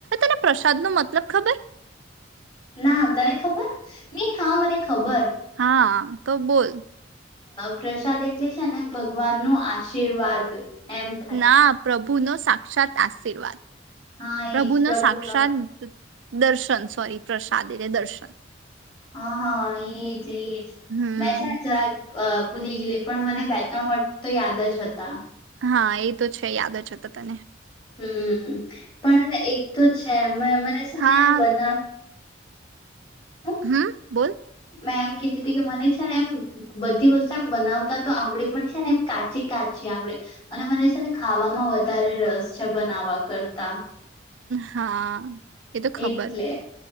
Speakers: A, on the right; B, on the left.
A: તને પ્રસાદ નો મતલબ ખબર
B: ના તને ખબર નઈ હા મને ખબર
A: હા. તો બોલ
B: પ્રસાદ એટલે છે ને ભગવાન નું આશીર્વાદ એમ થાય
A: ના પ્રભુ. ભૂનોો સાક્ષાત આશીર્વાદ.
B: હા
A: પ્રભુ
B: એજ
A: ન
B: પ્રભુનો
A: સાક્ષાત. દર્શન સોરી પ્રસાદ એટલે દર્શન.
B: હા હા એજ એજ
A: હમ
B: મે છે. અ ભૂલી ગયલી પણ મને બે ત્રણ વર્ખ તો યાદ જ હતા.
A: હા એ તો છે યાદ જ હતા તને.
B: હમ પણ એક તો છે. અ મને છે
A: હા
B: ને એમ બના. હું
A: હમ બોલ.
B: મેં એમ કીધી તું કે મને છે ને એમ બધી વસ્તુ એમ બનાવતા તો આવડે પણ છે ને એમ કાચી કાચી આવડે અને મને છે ને ખાવામાં વધારે રસ છે બનાવવા કરતા.
A: હા. એ તો ખબર.
B: એટલે